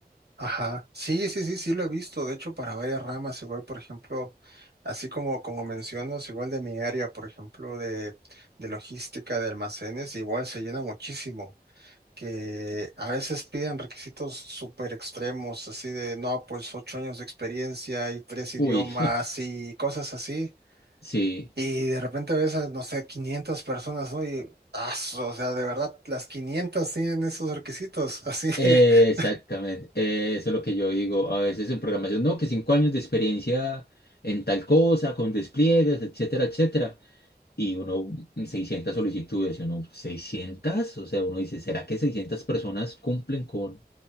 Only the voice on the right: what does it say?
Ajá. Sí, sí, sí, sí lo he visto. De hecho, para varias ramas, igual, por ejemplo, así como, como mencionas, igual de mi área, por ejemplo, de, de logística, de almacenes, igual se llena muchísimo. Que a veces piden requisitos súper extremos, así de, no, pues ocho años de experiencia y tres idiomas
y cosas así.
Y de repente ves a, no sé, 500 personas, ¿no? Y, aso, o sea, de verdad, las 500 tienen esos requisitos, así.
<laughs>